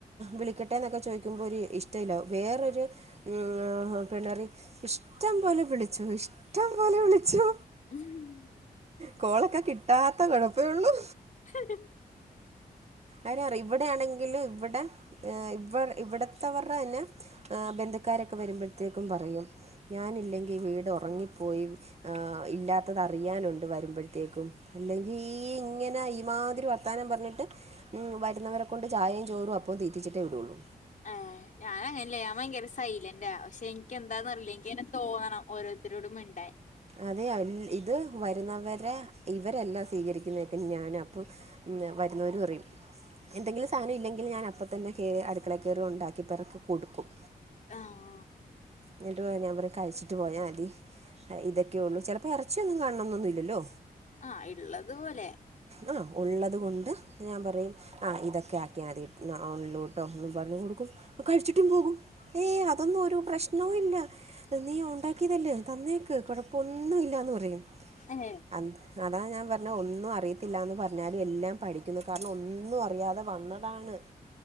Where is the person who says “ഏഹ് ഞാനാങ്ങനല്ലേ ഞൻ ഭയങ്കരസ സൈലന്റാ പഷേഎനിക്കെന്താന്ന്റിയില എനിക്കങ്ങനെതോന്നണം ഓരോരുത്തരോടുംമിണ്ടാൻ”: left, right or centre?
Left